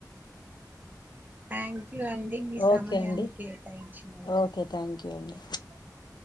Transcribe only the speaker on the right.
<unintelligible> థ్యాంక్ యు అండి మీ సమయాన్ని
కేటాయించినందుకు
ధన్యవాదాలు